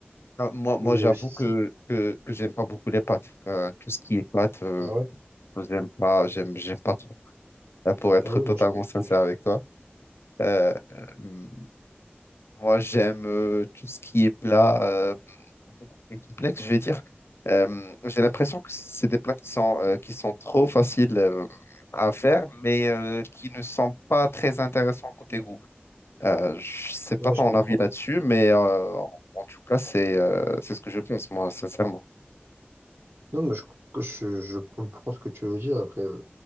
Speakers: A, on the left; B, on the right.
A: Ah, Moi, moi
B: Mais
A: j'avoue
B: euh, si, si-
A: que, que, que j'aime pas beaucoup les pâtes. Euh, tout ce qui est pâtes, euh,
B: ah ouais,
A: j'aime pas, j'aime, j'aime pas trop. Là, pour être
B: ah ouais,
A: totalement
B: moi je
A: sincère
B: kiffe.
A: avec toi, euh, euh, moi, j'aime euh, tout ce qui est plat euh, beaucoup plus complexe, je vais dire. Euh, j'ai l'impression que c'est des plats qui sont, euh, qui sont trop faciles euh, à faire, mais euh, qui ne sont pas très intéressants côté goût. Euh, je sais pas
B: Ouais,
A: ton
B: je comprends.
A: avis là-dessus, mais euh, en en tout cas, c'est euh, c'est ce que je pense, moi, sincèrement.
B: Non, mais je, que je, je comprends ce que tu veux dire. Après, euh,